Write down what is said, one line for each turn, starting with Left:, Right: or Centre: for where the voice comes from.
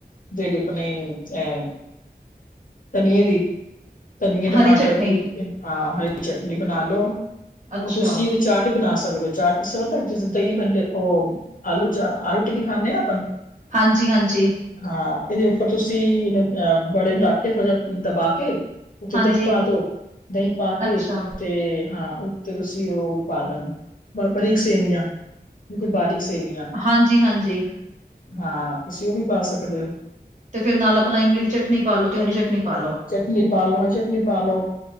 Left: ਜਿਹੜੀ ਆਪਣੇ ਅ ਧਨੀਰ ਦੀ। ਧਨੀਰ, ਟਮਾਟਰ
Right: ਹਰੀ ਚਟਨੀ
Left: ਦੀ ਹਾਂ ਹਰੀ ਚਟਨੀ ਬਣਾ ਲੋ,
Right: ਅੱਛਾ,
Left: ਉ ਤੁਸੀ ਵਿ ਚਾਟ ਹੀ ਬਣਾ ਸਕਦੇ ਹੋ ਚਾਟ ਪ ਜਿੱਦਾਂ ਦਹੀਂ ਭੱਲੇ ਉ ਆਲੂ ਚ ਆਲੂ ਟਿੱਕੀ ਖਾਂਣੇ ਆਪਨ
Right: ਹਾਂਜੀ-ਹਾਂਜੀ।
Left: ਹਾਂ, ਇਹਦੇ ਉੱਪਰ ਤੁਸੀਂ ਇ ਮਤਲਬ ਬੜੇ ਰੱਖ ਕੇ, ਥੋੜਾ ਜਿਹਾ ਦਬਾ ਕੇ। ਉੱਥੇ
Right: ਹਾਂਜੀ
Left: ਦਹੀਂ ਪਾ ਦੋ, ਦਹੀਂ ਪਾ ਕੇ,
Right: ਅੱਛਾ,
Left: ਤੇ ਹਾਂ ਉੱਤੇ ਤੁਸੀਂ ਉ ਪਾ ਦੇ ਬਰੀਕ ਸੇਵੀਆਂ, ਬਿਲਕੁਲ ਬਰੀਕ ਸੇਵੀਆਂ।
Right: ਹਾਂਜੀ-ਹਾਂਜੀ।
Left: ਹਾਂ, ਤੁਸੀਂ ਉ ਵੀ ਪਾ ਸਕਦੇ ਹੋ।
Right: ਤੇ ਫੇਰ ਨਾਲ ਆਪਣਾ ਇਮਲੀ ਦੀ ਚਟਨੀ ਪਾ ਲੋ ਤੇ ਹਰੀ ਚਟਨੀ ਪਾਲੋ।
Left: ਚਟਨੀ ਪਾ ਲੋ, ਹਰੀ ਚਟਨੀ ਪਾ ਲੋ